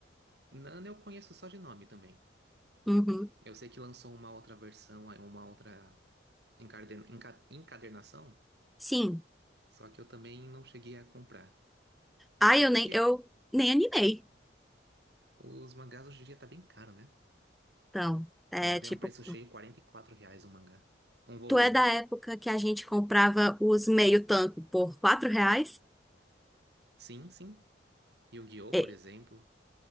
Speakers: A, on the right; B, in the centre.
A: Nana eu conheço só de nome também.
B: Uhum.
A: Eu sei que lançou uma outra versão, aí uma outra encarden- enca- encadernação,
B: Sim.
A: só que eu também não cheguei a comprar.
B: Ai,
A: Até porque
B: eu nem, eu nem animei.
A: os mangás hoje em dia tá bem caro, né?
B: Então, é
A: Você vai ver
B: tipo,
A: um preço cheio, 44 reais um mangá. Um volume.
B: tu é da época que a gente comprava os meio tanco por 4 reais?
A: Sim, sim. Yu-Gi-Oh,
B: É,
A: por exemplo.